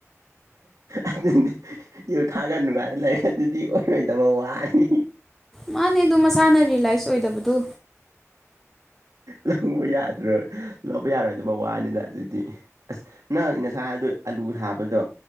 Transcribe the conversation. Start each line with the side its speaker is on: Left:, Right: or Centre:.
Right: ꯑꯗꯨꯗꯤ ꯌꯨ ꯊꯥꯒ ꯅꯨꯡꯉꯥꯏꯅ ꯂꯩꯔꯒ ꯑꯗꯨꯗꯤ ꯑꯣꯏꯔꯣꯏꯗꯕ ꯋꯥꯅꯤ
Centre: ꯃꯥꯅꯦ ꯑꯗꯨ ꯃꯁꯥꯅ ꯔꯤꯌꯦꯂꯥꯏꯁ ꯑꯣꯏꯗꯕꯗꯨ
Right: ꯂꯧꯕ ꯌꯥꯗꯔꯣꯏ ꯂꯧꯕ ꯌꯥꯔꯣꯏ ꯑꯗꯨꯃ ꯋꯥꯅꯤꯗ ꯑꯗꯨꯑꯣꯏꯗꯤ ꯑꯁ ꯅꯪ ꯉꯁꯥꯏ ꯍꯥꯏꯗꯣ ꯑꯂꯨ ꯊꯥꯕꯗꯣ